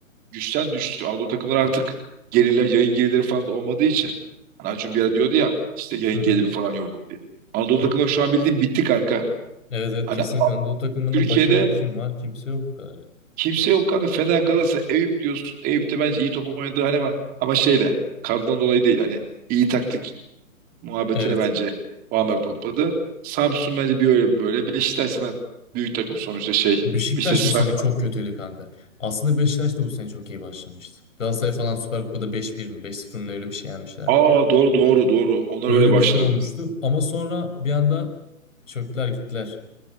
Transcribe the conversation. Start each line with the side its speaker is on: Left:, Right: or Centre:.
Right: güçten düştü. Anadolu takımları artık gelirler, yayın gelirleri falan da olmadığı için. Hani Acun bir ara diyordu ya işte yayın
Left: Hı hı.
Right: geliri falan yok diye. Anadolu
Left: hı
Right: takımları
Left: hı.
Right: şu an bildiğin bitti kanka.
Left: Evet evet
Right: Hani
Left: kesinlikle Anadolu takımlarında
Right: Türkiye'de
Left: başarılı kim var? Kimse yok bu kadar.
Right: Kimse yok kanka. Fener, Galatasaray, Eyüp diyorsun. Eyüp de bence iyi top oynadı hani ama, ama şeyle kadrodan dolayı değil. Hani iyi taktik muhabbetine
Left: Evet.
Right: bence puanlar topladı. Samsun bence bir öyle bir böyle. Beşiktaş zaten büyük takım sonuçta şey.
Left: Beşiktaş
Right: İşte Sa-
Left: bu sene çok kötüydü kanka. Aslında Beşiktaş da bu sene çok iyi başlamıştı. Galatasaray falan Süper Kupa'da beş bir mi beş sıfır mı öyle bir şey yenmişlerdi.
Right: Aa doğru doğru doğru. Onlar
Left: Öyle
Right: öyle başladı.
Left: bir şey olmuştu ama sonra bir anda çöktüler gittiler.